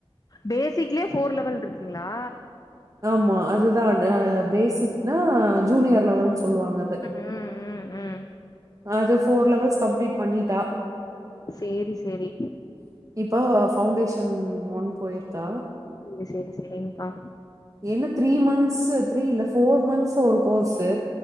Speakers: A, on the left (about 40°); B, on the right (about 35°).
A: பேசிக்லே ஃபோர் லெவல் ருக்குங்களா
B: ஆம்மா அதுதா அ பேசிக்னா ஜூனியர் லெவல்னு சொல்லுவாங்க அது
A: ம், ம், ம், ம்.
B: அது ஃபோர் லெவல்ஸ் கம்ப்ளீட் பண்ணீட்டா
A: சேரி செரி
B: இப்ப ஃபவுண்டேஷன் ஒன் பொயிர்க்கா
A: ங்க செரி செரிங்க்கா
B: என்ன த்ரீ மந்த்ஸ் த்ரீ இல்ல ஃபோர் மந்த்த்ஸ் ஒரு கோர்ஸு